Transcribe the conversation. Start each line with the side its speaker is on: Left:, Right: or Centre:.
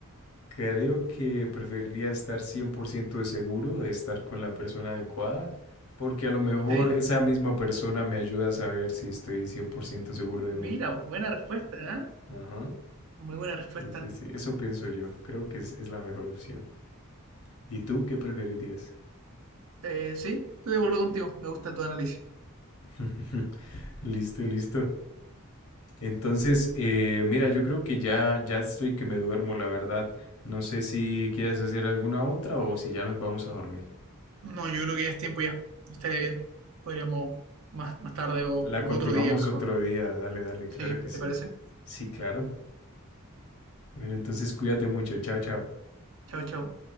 Left: creo que preferiría estar 100% de seguro de estar con la persona adecuada, porque a lo mejor
Right: Sí,
Left: esa misma persona me ayuda a saber si estoy 100% seguro de
Right: mira,
Left: mí.
Right: buena respuesta, ¿eh?
Left: Ajá.
Right: Muy buena respuesta.
Left: Sí, sí, sí. Eso pienso yo. Creo que es, es la mejor opción. ¿Y tú qué preferirías?
Right: Eh, sí, estoy de acuerdo contigo, me gusta tu análisis.
Left: <laughs> Listo, listo. Entonces, eh, mira, yo creo que ya, ya estoy que me duermo, la verdad. No sé si quieres hacer alguna otra o si ya nos vamos a dormir.
Right: No, yo creo que ya es tiempo ya, estaría bien. Podríamos más, más tarde o
Left: La
Right: u
Left: continuamos
Right: otro día mejor.
Left: otro día. Dale, dale,
Right: Sí,
Left: claro que
Right: ¿te
Left: sí.
Right: parece?
Left: Sí, claro. Bueno, entonces cuídate mucho. Chao, chao.
Right: Chao, chao.